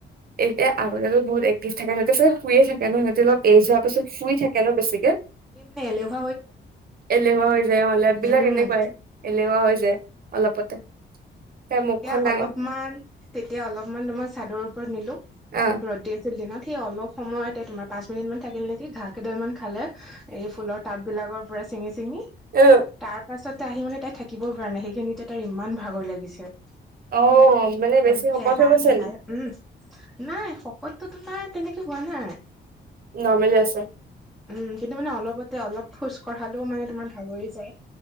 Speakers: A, on the right; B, in the centre.
A: এতিয়া আগতিয়াকৈ বহুত একটিভ থাকে ন সিহঁতে চ শুইয়ে থাকে ন সিহঁতে লগ এ যোৱাৰ পিছত শুই থাকে ন বেছিকে
B: নাই ল <unintelligible>
A: এলেহুৱা হৈ যায় লেপ বিলাক
B: উম
A: এনেকুৱাই এলেহুৱা হৈ যায় অলপতে তাইৰ
B: তেতিয়া
A: মুখখন ডাঙৰ
B: অলপমান তেতিয়া অলপমান মই চাদৰ ওপৰত নিলো
A: আহ
B: ৰ'দ দি আছিল দিনত সি অলপ সময়তে তোমাৰ পাঁচ মিনিট মান থাকিল নেকি ঘাঁহ কেইডাল মান খালে এই ফুলৰ টাব বিলাকৰ পৰা চিঙি চিঙি
A: অ
B: তাৰ পাছতে আহি মানে তাই থাকিব পৰা নাই সেইখিনিতে তাই ইমান ভাগৰ লাগিছে
A: অ মানে
B: একদম
A: বেছি শকত
B: সেহাই
A: হৈ গৈছে
B: সেহাই
A: নি
B: উম নাই শকতটোতো তোমাৰ তেনেকে হোৱা নাই
A: নৰ্মেলেই আছে
B: উম কিন্তু মানে অলপতে অলপ খোজ কঢ়ালেও মানে তোমাৰ ভাগৰি যায়